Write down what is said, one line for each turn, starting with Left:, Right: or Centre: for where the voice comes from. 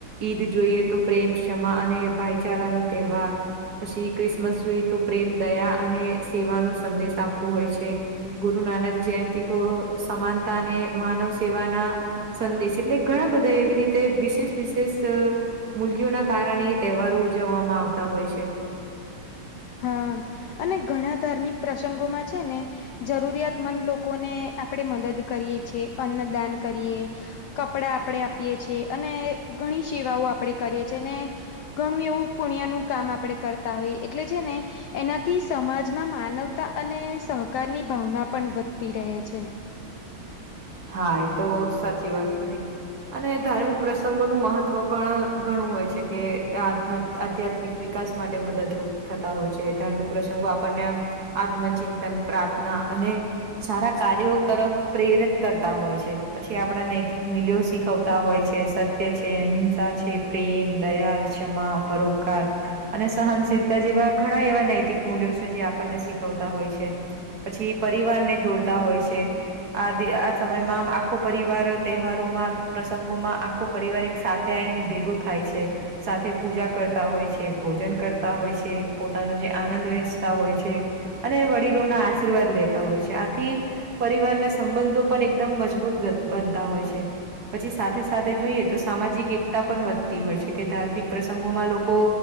Right: ઈદ જોઈએ તો પ્રેમ ક્ષમા અને ભાઈચારા નો તહેવાર પછી ક્રિસમસ જોઈએ તો પ્રેમ દયા અને સેવાનો સંદેશ આપતો હોય છે. ગુરુ નાનક જયંતી કો સમાનતાને માનવ સેવાના સંદેશ એટલે ઘણા બધા એવી રીતે વિશેષ વિશેષ અ મૂલ્યોના કારણે તહેવારો ઉજવવામાં આવતા હોય છે.
Left: હા અને ઘણા ધાર્મિક પ્રસંગોમાં છે ને જરૂરિયાત મંદ લોકોને આપડે મદદ કરીએ છીએ, અન્નદાન કરીએ. કપડા આપડે આપીએ છીએ અને ઘણી સેવાઓ આપડે કરીએ છી અને ઘણું એવું પુણ્ય નું કામ આપડે કરતા હોઈએ એટલે છે ને એનાથી સમાજમાં માનવતા અને સહકારની ભાવના પણ વધતી રહે છે.
Right: હા એ તો સાચી વાત કીધી. અને ધાર્મિક પ્રસંગોનું મહત્વ પણ ઘણું હોય છે કે આત્ આધ્યાત્મિક વિકાસ માટે મદદરૂપ થતા હોય છે ધાર્મિક પ્રસંગો આપણને આમ આત્મચિંતન પ્રાર્થના અને સારા કાર્યો તરફ પ્રેરિત કરતા હોય છે પછી આપડા નૈતિક મૂલ્યો શીખવતા હોય છે સત્ય છે અહિંસા છે પ્રેમ દયા ક્ષમા પરોપકાર અને સહનશીલ તા જેવા ઘણા એવા નૈતિક મલ્યો છે જે આપણને શીખ વતા હોય છે પછી પરિવારને જોડતા હોય છે આદી આ સમયમાં આમ આખો પરિવાર તહેવારોમાં પ્રસંગોમાં આ ખો પરિવાર એક સાથે આઈને ભેગો થાય છે. સાથે પૂજા કરતા હોય છે ભોજન કરતા હોય છે પોતાનો જે આનંદ વહેચતા હોય છે. અને વડીલોના આશીર્વાદ લેતા હોય છે આથી પરિવારના સંબંધો પણ એકદમ મજબૂત બનતા હોય છે. પછી સાથે સાથે જોઈએ તો સામાજિક એકતા પણ વધતી હોય છે કે ધાર્મિક પ્રસંગોમાં લોકો